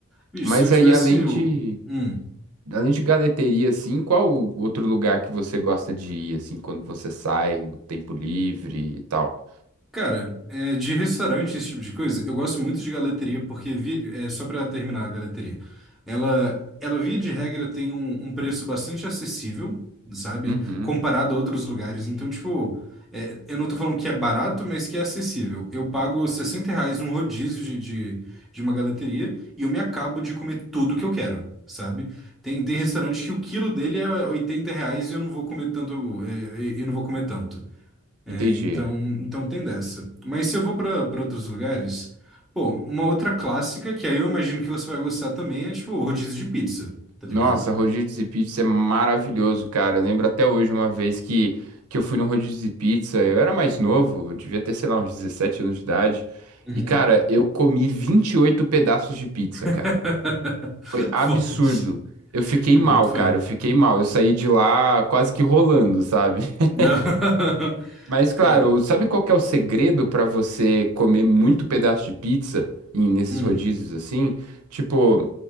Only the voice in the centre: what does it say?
Bicho,
se eu tivesse.
o- Hum.
Cara, é, de restaurante, esse tipo de coisa, eu gosto muito de galeteria, porque, vi, é, só pra terminar a galeteria, ela, ela via de regra tem um, um preço bastante acessível, sabe?
Comparado a outros lugares. Então, tipo, é, eu não tô falando que é barato, mas que é acessível. Eu pago 60 reais num rodízio de, de, de uma galeteria e eu me acabo de comer tudo que eu quero. Sabe? Tem, tem restaurante que o quilo dele é 80 reais e eu não vou comer tanto, é, e eu não vou comer tanto. É,
então, então tem dessa. Mas se eu vou pra pra outros lugares, pô, uma outra clássica, que aí eu imagino que você vai gostar também, é tipo o rodízio de pizza, tá ligado?
Uhum.
<laughs>
Pode.
Eu
boto fé.
<laughs>
Cara,
hum,